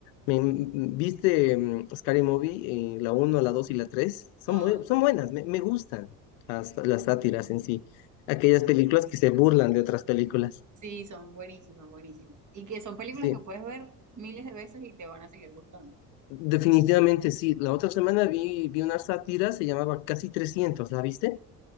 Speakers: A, on the left (about 65°); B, on the right (about 40°).
A: Me, m- ¿viste mm, Scary Movie? eh, la uno, la 2 y la 3? Son
B: Todos.
A: muy, son buenas, me, me gustan las, las sátiras en sí. Aquellas películas que se burlan de otras películas.
B: Sí, son buenísimas, buenísimas. Y que son películas
A: Sí,
B: que puedes ver miles de veces y te van a seguir gustando.
A: definitivamente sí. La otra semana vi, vi una sátira, se llamaba Casi trescientos. ¿la viste?